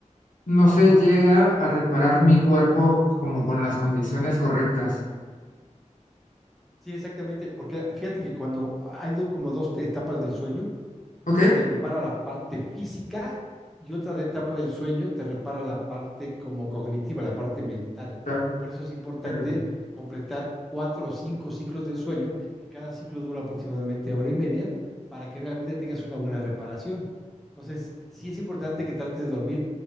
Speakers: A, on the left (about 85°); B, in the centre.
A: no se llega a reparar mi cuerpo como con las condiciones correctas.
B: Sí, exactamente, porque fíjate que cuando hay do- como dos etapas del sueño, Una
A: ¿Ok?
B: te repara la parte física y otra de etapa del sueño te repara la parte como cognitiva, la parte mental.
A: Está
B: Por eso es importante
A: bien.
B: completar cuatro o cinco ciclos del sueño, que cada ciclo dura aproximadamente hora y media, para que realmente tengas una buena reparación. Entonces, sí es importante que trates de dormir